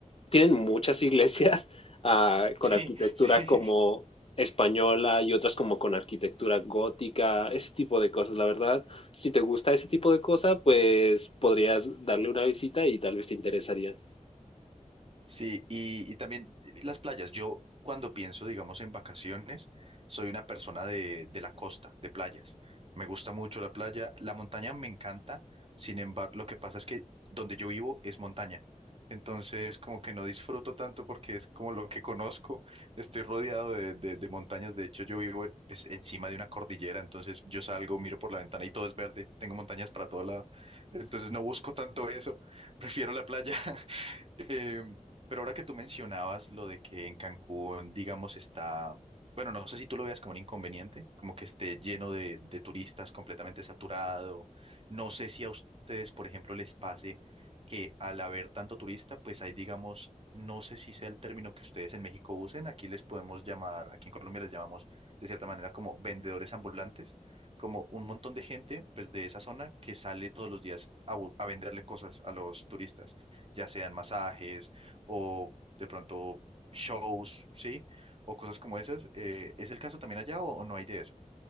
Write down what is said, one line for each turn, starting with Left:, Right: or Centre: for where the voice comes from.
Left: tienen muchas iglesias <laughs> ah, con
Right: Sí,
Left: arquitectura
Right: <laughs>
Left: como
Right: sí.
Left: española y otras como con arquitectura gótica, ese tipo de cosas. La verdad, si te gusta ese tipo de cosa, pues podrías darle una visita y tal vez te interesaría.
Right: Sí, y, y también eh, las playas. Yo cuando pienso, digamos, en vacaciones, soy una persona de, de la costa, de playas. Me gusta mucho la playa. La montaña me encanta. Sin embargo, lo que pasa es que donde yo vivo es montaña. Entonces, como que no disfruto tanto porque es como lo que conozco. Estoy rodeado de, de- de montañas. De hecho, yo vivo pues, encima de una cordillera. Entonces, yo salgo, miro por la ventana y todo es verde. Tengo montañas para todo lado. Entonces, no busco tanto eso. <laughs> Prefiero la playa. Eh, pero ahora que tú mencionabas lo de que en Cancún, digamos, está, bueno, no sé si tú lo veas como un inconveniente, como que esté lleno de, de turistas, completamente saturado. No sé si a ustedes, por ejemplo, les pase que al haber tanto turista, pues hay, digamos, no sé si sea el término que ustedes en México usen, aquí les podemos llamar, aquí en Colombia les llamamos de cierta manera como vendedores ambulantes, como un montón de gente, pues de esa zona que sale todos los días a bu- a venderle cosas a los turistas ya sean masajes o de pronto shows, ¿sí? O cosas como esas. eh, ¿es el caso también allá o, o no hay de eso?